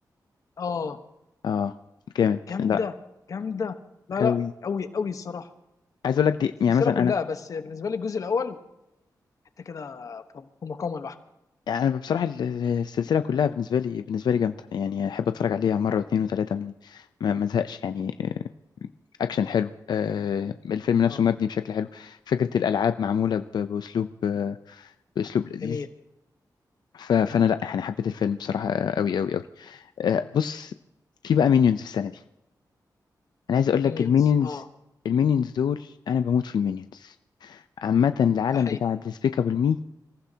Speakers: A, on the left (about 50°); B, on the left (about 80°).
A: اه
B: اه Are you- are you counting to the
A: جامده
B: tree؟ آه، جامد لا
A: جامده لا لا
B: أوي
A: قوي قوي الصراحه
B: عايز اقول لك دي
A: السلسله
B: يعني مثلا
A: كلها
B: انا
A: بس بالنسبه لي الجزء الاول حتى كده في في مقامه لوحده
B: يعني انا بصراحه ال- ال- السلسله كلها بالنسبه لي بالنسبه لي جامده يعني احب اتفرج عليها مره واثنين وثلاثه من- ما ما ازهقش يعني آه، اكشن حلو آه، الفيلم نفسه
A: اه
B: مبني بشكل حلو فكره الالعاب معموله ب- باسلوب آه، باسلوب لذيذ
A: جميل
B: ف- فانا لا يعني حبيت الفيلم بصراحه قوي قوي قوي بص في بقى مينيونز في السنه دي انا عايز اقول لك
A: مينيونز
B: المينيونز
A: اه
B: المينيونز دول انا بموت في المينيونز عامه العالم
A: ده حقيقي
B: بتاع ديسبيكابل مي